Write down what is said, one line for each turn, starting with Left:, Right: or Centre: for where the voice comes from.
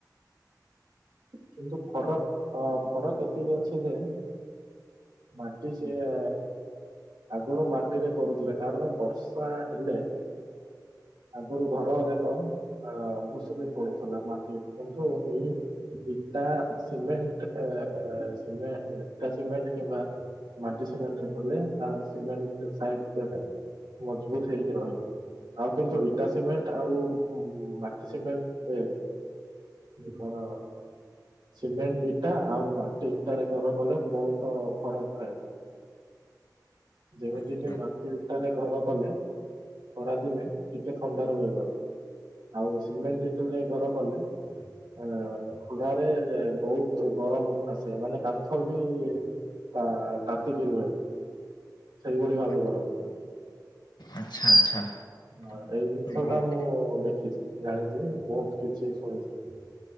Right: କିନ୍ତୁ ଫରକ ଅ ଫରକ ଏତିକି ଅଛି ଯେ ମାଟି ସେୟା ଆଗୁରୁ ମାଟିରେ କରୁଥିଲେ କାରଣ ବର୍ଷା ହେଲେ ଆଗରୁ ଘରା ଯାକ ଅ ଭୁସୁଡି ପଡୁଥିଲା ମାଟିରେ କିନ୍ତୁ ଏଇ ଇଟା ସିମେଣ୍ଟ ଏ ଏ ଇଟା ସିମେଣ୍ଟ କିମ୍ବା ମାଟି ସିମେଣ୍ଟରେ କଲେ ତା ସିମେଣ୍ଟ ସାଇଜରେ ମଜବୁତ ହେଇକି ରହେ। ଆଉ କିନ୍ତୁ ଇଟା ସିମେଣ୍ଟ ଆଉ ମାଟି ସିମେଣ୍ଟ କଣ? ସିମେଣ୍ଟ ଇଟା ଆଉ ମାଟି ଇଟାରେ ଘର କଲେ ବହୁତ ଫରକ ଥାଏ। ଯେମିତିକି
Left: ଆଚ୍ଛା
Right: ମାଟି ଇଟାରେ ଘର କଲେ ଖରା ଦିନେ ଟିକେ ଥଣ୍ଡା ରୁହେ ଘର। ଆଉ ସିମେଣ୍ଟ ଇଟାରେ ଘର କଲେ ଅ ଖୁରାରେ ବହୁତ ଗରମ ଆସେ ମାନେ କାନ୍ଥ ବି ତା ତାତିକି ରୁହେ। ସେଇଭଳି ଭାବେ
Left: ଆଚ୍ଛା
Right: ଗରମ ହୁଏ।
Left: ଆଚ୍ଛା ଆଚ୍ଛା!
Right: ହଁ ଏଇ ଜିନିଷଟା
Left: ବହୁତ
Right: ମୁଁ ଦେଖିଛି ଜାଣିଛି ବହୁତ କିଛି ଶୁଣିଛି।